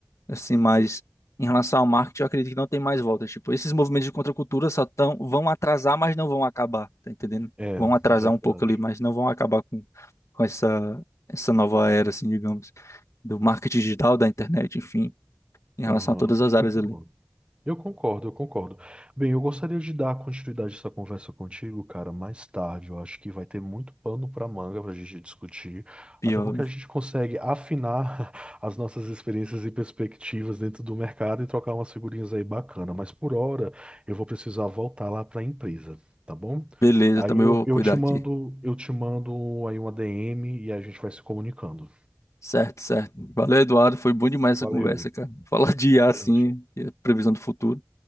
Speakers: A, on the left (about 70°); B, on the right (about 20°).
A: assim, mas em relação ao marketing, eu acredito que não tem mais volta. Tipo, esses movimentos de contracultura só tão, vão atrasar, mas não vão acabar, tá entendendo?
B: é,
A: Vão atrasar
B: verdade.
A: um pouco ali, mas não vão acabar com, com essa, essa nova era, assim, digamos, do marketing digital, da internet, enfim, em relação
B: Aham,
A: a todas as áreas
B: Eu concordo.
A: ali.
B: Eu concordo, eu concordo. Bem, eu gostaria de dar continuidade a essa conversa contigo, cara, mais tarde. Eu acho que vai ter muito pano para manga para a gente discutir,
A: Pior,
B: até porque
A: né?
B: a gente consegue afinar <laughs> as nossas experiências e perspectivas dentro do mercado e trocar umas figurinhas aí bacana. Mas por hora, eu vou precisar voltar lá para a empresa, tá bom?
A: Beleza,
B: Aí
A: também
B: eu,
A: vou cuidar
B: eu te
A: aqui.
B: mando, eu te mando aí uma DM e a gente vai se comunicando.
A: Certo, certo. Valeu, Eduardo. Foi bom demais
B: Valeu,
A: essa conversa, cara. Falar de IA,
B: valeu,
A: assim,
B: chefe.
A: e a previsão do futuro